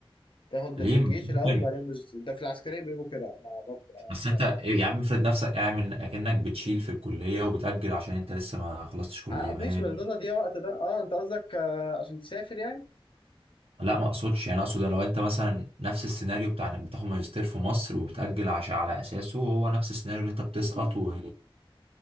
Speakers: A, on the left; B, on the right.
A: تاخد
B: ليه
A: الجيش
B: ممكن
A: الاول بعدين الماجستير ده في العسكريه بيقولوا كده انا برضه انا
B: بس انت
A: لا
B: يا عم افرض نفسك اعمل اكنك بتشيل في الكليه وبتاجل عشان انت لسه ما خلصتش كليه
A: آه ماشي
B: ما هي
A: بس ده تضييع وقت ده اه انت قصدك آه عشان تسافر يعني
B: لا ما اقصدش يعني اقصد لو انت مثلا نفس السيناريو بتاع انك بتاخد ماجستير في مصر وبتاجل عشان على اساسه هو نفس السيناريو اللي انت بتسقط و